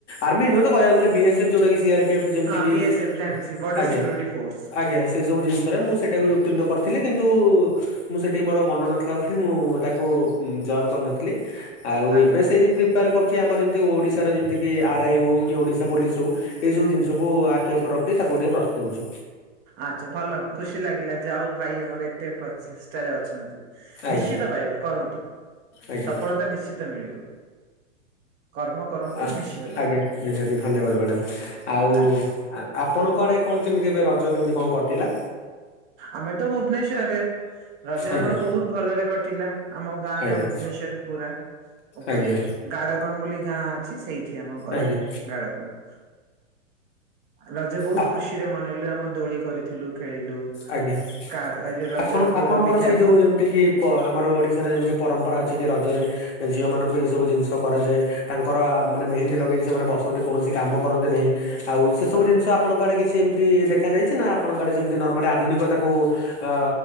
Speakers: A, on the left (about 60°); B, on the right (about 25°).
A: ଆର୍ମି ନୁହେଁ ତ କହିବାକୁ ଗଲେ ବି ଏସ୍ ଏଫ୍ ଯୋଉଟାକି ସି ଆର୍ ପି ଏଫ୍ ଯେମିତି
B: ହଁ
A: କି
B: ବି ଏସ୍ ଏଫ୍ ଜାଣିଛି ବର୍ଡର
A: ଆଜ୍ଞା
B: ସିକ୍ୟୁରିଟି ଫୋର୍ସ
A: ଆଜ୍ଞା ସେ ସବୁ ଜିନିଷରେ ମୁଁ ସେଟା ବି ଉତିନ୍ନ କରି ଥିଲି କିନ୍ତୁ ମୁଁ ସେଠି ମୋର ମନ ନଥିଲା ବୋଲି ମୁଁ ତାକୁ ଜଏନ୍ କରିନଥିଲି। ଆଉ
B: ଆଜ୍ଞା
A: ଏବେ ସେଇ ପ୍ରିପେୟାର କରୁଚି ଆମର ଯେମିତି ଓଡ଼ିଶାର ଯେମିତି କି ଆର୍ ଆଇ ହୋଉ କି ଓଡ଼ିଶା ପୋଲିସ୍ ହୋଉ। ଏଇ ସବୁ ଜିନିଷକୁ ଆଖି ଅପରେ ରଖି ତାକୁ ଟିକେ ପ୍ରସ୍ତୁତ ହୋଉଚି।
B: ଆଚ୍ଛା ଭଲ ଖୁସି ଲାଗିଲା ଯା ହଉ ଭାଇ ଆମର ଏ ତେ ପ୍ରଚେଷ୍ଟାରେ ଅଛନ୍ତି
A: ଆଜ୍ଞା
B: ନିଶ୍ଚିତ ପାଇବେ କରନ୍ତୁ।
A: ଆଜ୍ଞା
B: ସଫଳତା ନିଶ୍ଚି ତ ମିଳିବ। କର୍ମ କରନ୍ତୁ
A: ଆ
B: ନିଶ୍ଚିତ ପାଇବେ
A: ଆଜ୍ଞା ନିହାତି ଧନ୍ୟବାଦ ମାଡ଼ାମ୍ ଆଉ
B: ଆଜ୍ଞା
A: ଆପଣଙ୍କ ଆଡ଼େ କଣ କେମିତି ଏବେ ରଜ କେମିତି କଁ କଟିଲା।
B: ଆମେ ତ ଭୁବନେଶ୍ଵରରେ। ରଜ ଆମର
A: ଆଜ୍ଞା
B: ବହୁତ ଭଲରେ କଟିଲା ଆମ ଗାଁଟା
A: ଆଜ୍ଞା
B: ଭୁବନେଶ୍ୱର ପୁରା ଓପରେ
A: ଆଜ୍ଞା
B: ଗାଡକନ୍ ବୋଲି ଗାଁ ଅଛି ସେଇଠି ଆମ ଘର
A: ଆଜ୍ଞା
B: ଗାଡକନ୍। ରଜ ବୋହୁତ
A: ଆପ
B: ଖୁସିରେ ମନେଇଲୁ ଆମ ଦୋଳି କରିଥିଲୁ ଖେଳିଲୁ।
A: ଆଜ୍ଞା
B: କା ଏ ଯୋଉ ରଜର
A: ଆପଣ
B: ପୋଡ
A: ଆପଣଙ୍କର
B: ପିଠା
A: ସେଇ ଯୋଉ ଯେମିତି କି ପ ଆମର ଓଡ଼ିଶାରେ ଯେମିତି ପରମ୍ପରା ଅଛି ଯେ ରଜରେ ଏ ଝିଅମାନଙ୍କୁ ଏଇ ସବୁ ଜିନିଷ କରାଯାଏ ତାଙ୍କର ଆ ମାନେ ମେହେନ୍ଦୀ ଲଗେଇକି ସେମାନେ ବସନ୍ତି କୌଣସି କାମ କରନ୍ତି ନାହିଁ। ଆଉ ସେ ସବୁି ଜିନିଷ ଆପଣଙ୍କ ଆଡ଼େ କିଛି ଏମିତି ଦେଖା ଯାଇଛି ନାଁ ଆପଣଙ୍କ ଆଡ଼େ ସେମତି ନର୍ମାଲି ଆ ଧୁନିକତାକୁ ଅ